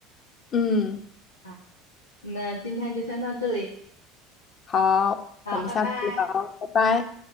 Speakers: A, on the left; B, on the left.
A: 嗯，
B: 啊。那今天就先到这里，
A: 好，
B: 好，
A: 我们下次聊，
B: 拜拜。
A: 拜拜。